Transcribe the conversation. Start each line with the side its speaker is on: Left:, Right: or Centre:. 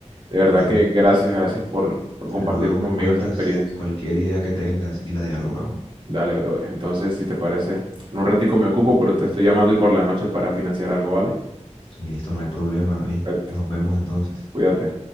Right: de verdad
Left: claro.
Right: que gracias, gracias por, por compartir
Left: Luego me
Right: conmigo
Left: cuentas
Right: esa experiencia.
Left: cualquier idea que tengas y la dialogamos.
Right: Dale, brother. Entonces, si te parece, en un ratico me ocupo, pero te estoy llamando y por la noche para financiar algo, ¿vale?
Left: Listo, no hay problema, David.
Right: Perfecto,
Left: Nos vemos entonces.
Right: cuídate.